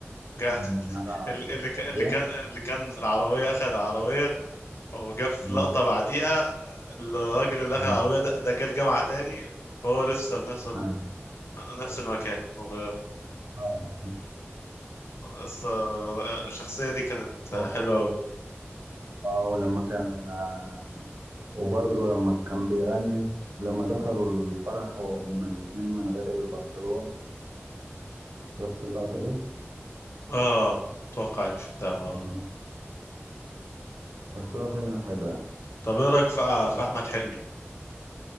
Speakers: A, on the left; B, on the right.
A: جا-
B: آه،
A: <laughs>
B: لما كان قاعد على العربية
A: ال- اللي
B: بيشرب
A: كان اللي
B: بيها
A: كان اللي كان في العربية أخذ العربية وجا في
B: آه،
A: لقطة بعديها الراجل اللي
B: مم،
A: أخذ العربية ده, ده جه الجامعة تاني فهو لسه في نفس ال...
B: أيوة.
A: نفس المكان متغير
B: آه،
A: بس الشخصية دي كانت
B: آه.
A: حلوة أوي
B: اه ولما كان آه، وبرضه لما كان بيغني لما دخلوا الفرح وهما الاتنين من غير البنطلون شفت اللقطة دي؟
A: آه أتوقع إني شفتها آه
B: كان- بس
A: آه،
B: هو فيلم
A: آه.
B: حلو يعني
A: طب إيه رأيك في في أحمد حلمي؟